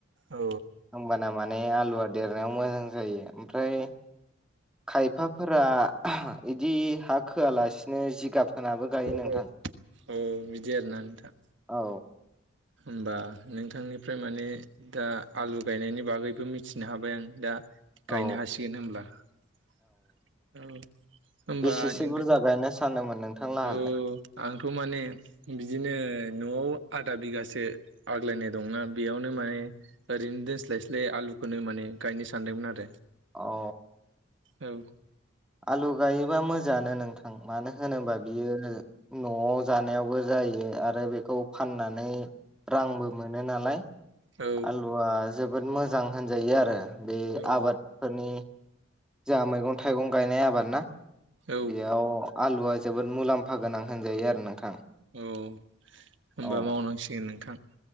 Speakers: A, on the right (about 65°); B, in the centre.
A: औ
B: होम्बाना माने आलुआ देरनायाव मोजां जायो। ओमफ्राय खायफाफोरा इदि हा खोआलासिनो जिगाब होनाबो
A: <unintelligible>
B: गायो नोंथां
A: बिदि आरोना नोंथां।
B: औ
A: होमबा नोंथांनिफ्राय माने दा आलु गायनायनि बागैबो मिथिनो हाबाय आं दा। गायनो
B: औ
A: हासिगोन होनब्ला औ होमबा
B: बेसेसो
A: <unintelligible>
B: बुरजा गायनो सानदोंमोन नोंथां लाहालाय
A: औ आंथ' माने बिदिनो न'आव आधा बिगासो आग्लायनाय दंना बेयावनो माने ओरैनो दोनस्लायस्लाय आलुखौनो माने गायनो सानदोंमोन आरो
B: औ
A: औ
B: आलु गायोबा मोजाङानो नोंथां मानो होनोबा बियो न'आव जानायावबो जायो आरो बेखौ फाननानै रांबो मोनो नालाय
A: औ
B: आलुआ जोबोद मोजां होनजायो आरो बे
A: औ
B: आबादफोरनि जोंहा मैगं थाइगं गायनाय आबाद ना
A: औ
B: बेयाव आलुआ जोबोद मुलाम्फा गोनां होनजायो आरो नोंथां
A: औ होनबा
B: औ
A: मावनांसिगोन नोंथां